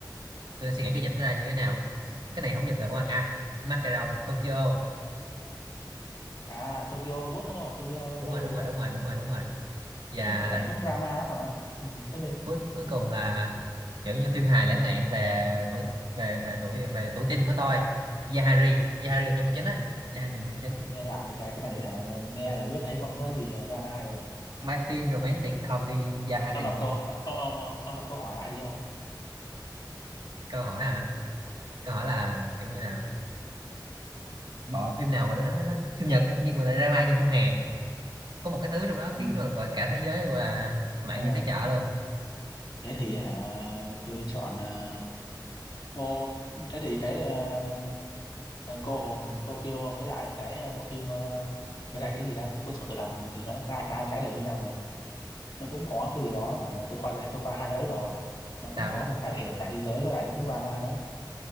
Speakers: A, on the right; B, on the left.
A: tôi đang suy nghĩ cái dịch nó ra như thế nào cái này không dịch được rồi à macaron Tokyo
B: à Tokyo Ghoul đúng không Tokyo
A: đúng
B: Ghoul
A: rồi đúng
B: gì
A: rồi
B: đó
A: đúng rồi đúng rồi đúng rồi và
B: cái, cái này cũng drama lắm mà ừ, tiếp đi
A: cuối cuối cùng là kiểu như phim hài lãng mạn về tuổi về về tuổi về tuổi teen của tôi Yahari Yahari là nhân vật chính á Yahari là nhân vật chính
B: tôi nghe lại mà trời cái này hả nghe là biết thấy không có gì drama rồi
A: My Teen Romantic Comedy Yahari
B: ông đọc câu ông ông ông đọc câu hỏi lại đi ông
A: câu hỏi hả câu hỏi là kiểu như là bộ phim nào của nó, nó, nó phim Nhật nhưng mà lại drama như phim Hàn có một cái thứ trong đó
B: ừ.
A: khiến người gọi cả thế giới gọi là lại
B: ờ,
A: như cái chợ luôn
B: thế thì hả tôi chọn ờ, ô thế thì cái ờ, ờ, cô hồn Tokyo với lại cái ờ, bộ phim ờ, với lại cái gì ta cuốn sổ tự làm thì nó cả cái cái đều như nhau mà nó cũng có cái gì đó hả tôi coi là tôi coi hai cái đấy rồi nó cũng
A: tào
B: có
A: nó
B: một cái thay đổi cả thế giới với lại nó cũng drama nữa